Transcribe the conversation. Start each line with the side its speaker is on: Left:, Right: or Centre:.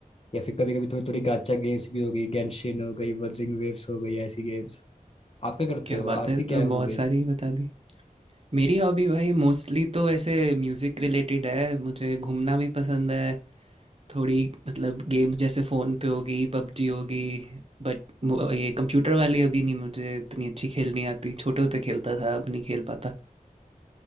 Left: या फिर कभी कभी थोड़ी थोड़ी गाचा गेम्स भी हो गई गेंशिन हो गई वदरिंग वेव्स हो गई ऐसी गेम्स आपका करते
Right: क्या
Left: हो
Right: बात
Left: आपकी
Right: है तो
Left: क्या है हॉबीज
Right: बहुत सारी बता दी मेरी हॉबी भाई मोस्टली तो ऐसे म्यूज़िक रिलेटेड है मुझे घूमना भी पसंद है थोड़ी मतलब गेम्स जैसे फ़ोन पे होगी पबजी होगी बट ये कंप्यूटर वाली अभी नहीं मुझे इतनी अच्छी खेलनी आती छोटे होते खेलता था अब नहीं खेल पाता